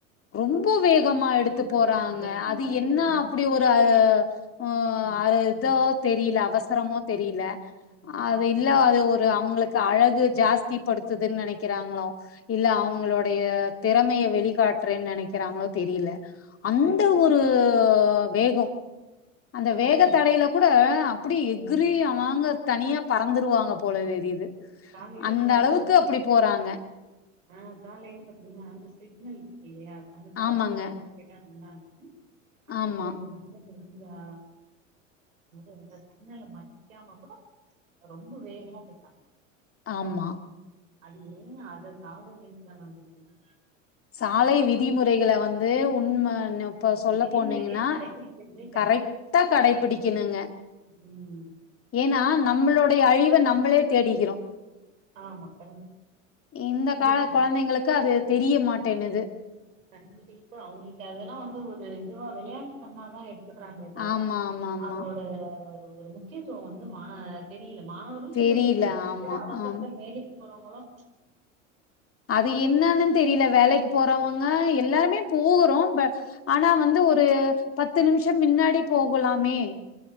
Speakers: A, on the left (about 35°); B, on the right (about 85°).
A: ரொம்போ வேகமா எடுத்து
B: இருக்குல்ல,
A: போறாங்க
B: அந்த விதிமுறைய
A: அது என்ன அப்டி ஒரு அ ஓ
B: ம்.
A: அர எத்தோ தெரியில அவசரமோ தெரியில
B: ஆமா,
A: அது
B: ஆமா.
A: இல்ல அது ஒர் ரு அவுங்களுக்கு அழகு ஜாஸ்தி படுத்துதுன் நெனைக்கிறாங்ளோ இல்ல அவுங்களோ டைய தெறமைய வெளிகாட்டுறேன் நெனக்கிறாங்ளோ தெரியில அந்த
B: ம்.
A: ஒ ரு வேகோ அந்த
B: ஆமா
A: வேக
B: தோழி.
A: தடையில கூட அப்பிடி எக்கிரி அ வாங்க தனியா பறந்துருவாங்க போல தெரியிது
B: காலையில
A: அந்த
B: இப்படிதான்
A: அளவுக்கு
B: தோழி
A: அப்பிடி போறாங்க
B: ஆ காலையில பாத்தீங்கன்னா அந்த சிக்னல் இக் இல்லையா அந்த காவல்துறை
A: ஆமாங்க
B: அதி சிலேதா இந்தாங்க ஆனா
A: ஆமா
B: இறங்கல இல்லப்பே வந்ததா <unintelligible> மதிக்காம கூட ரொம்ப வேகமா போய்ட்டாங்
A: ஆமா
B: அது என்ன அத காவல்நிலயத்தில வாங்கி வாங்கி
A: சாலை விதிமுறைகள வந்து உண்மனு இப்ப
B: அந்த
A: சொல்ல
B: விதிமுறையே
A: போனீங்கன்னா
B: கடைபிடிக்கிறதே
A: கரெக்ட்டா கடைபிடிக்கணுங்க
B: ம் ம்
A: ஏனா நம்பளுடைய அழிவ நம்பளே தேடிக்கிறோ
B: ஆமா. கண்டிப்
A: இந்த
B: கண்டிப்பா.
A: கால கொழந்தைங்களுக்கு அது தெரிய மாட்டேன்னுது
B: கண்டிப்பா அவுங்களுக்கு அதெல்லா வந்து ஒரு இதுவா வெளையாட்டுத்தனமாதா எடு சொல்றாங்களே தவர
A: ஆமா ஆமா ஆமா
B: அதோட ஒரு ஒரு முக்கியத்துவோ வந்து மான தெரியில மாணவர்களு சொல்லிக்க
A: தெரியல
B: முடியாது இப்ப
A: ஆமா
B: எத்தன அவசரத்த
A: ஆமா
B: வேலைக்கு போறவங்களு
A: அது என்னான்னு தெரியல வேலைக் போறவங்க எல்லாருமே போகுறோ ப ஆனா வந்து ஒரு பத்து நிமிஷோ மின்னாடி போகலாமே